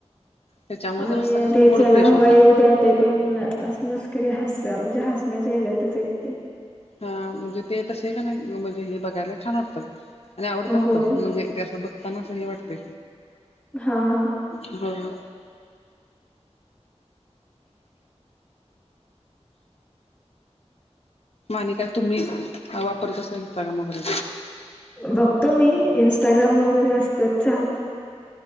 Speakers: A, on the left (about 60°); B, on the left (about 15°).
A: त्याच्यामुळे
B: आणि
A: जरासा कसा
B: ते
A: मूड
B: चला
A: फ्रेश
B: हवं.
A: होतोय.
B: उद्यात पण अस मस्करी हस म्हणजे हसण्याच्या ह्याज्यातचय ते.
A: हा म्हणजे ते तसे आहे का नाही म्हणजे हे बघायला छान वाटतात. आणि आवडतात
B: होय.
A: पण म्हणजे ते असं बघताना अस हे वाटतय.
B: हां, हां.
A: बोला. माण काय तुम्ही वापरत असा इता का मगरे
B: बघतो मी इंस्टाग्राम वगैरे असतात चालू.